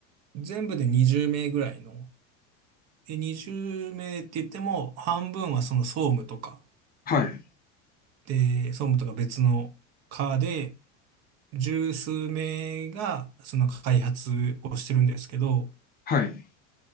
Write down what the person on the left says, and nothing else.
はい、
はい、